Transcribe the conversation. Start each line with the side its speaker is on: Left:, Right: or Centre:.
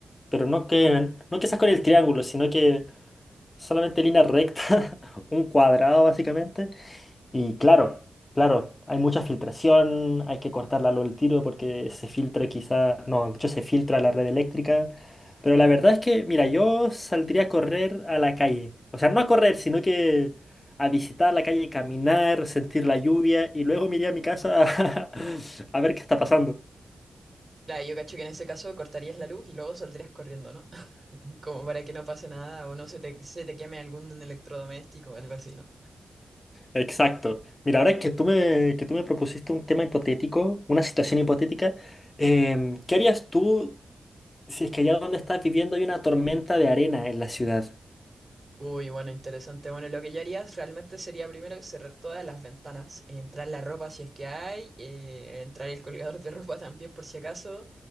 Left: pero no que, no que seas con el triángulo, sino que solamente línea recta, <laughs> un cuadrado básicamente, Y claro, claro, hay mucha filtración, hay que cortarla luego al tiro porque se filtra quizá, no, de hecho se filtra la red eléctrica, pero la verdad es que, mira, yo saldría a correr a la calle, o sea, no a correr, sino que a visitar la calle, caminar, sentir la lluvia y luego me iría a mi casa a, <laughs> a ver qué está pasando.
Right: Claro, yo cacho que en ese caso cortarías la luz y luego saldrías corriendo, ¿no? <laughs> Como para que no pase nada o no se te, se te queme algún electrodoméstico o algo así, ¿no?
Left: Exacto. Mira, ahora que tú me, que tú me propusiste un tema hipotético, una situación hipotética, em, ¿qué harías tú? Si es que allá donde estás viviendo hay una tormenta de arena en la ciudad.
Right: Uy, bueno, interesante. Bueno, lo que yo haría realmente sería primero cerrar todas las ventanas, entrar la ropa si es que hay, eh, entrar el colgador de ropa también por si acaso.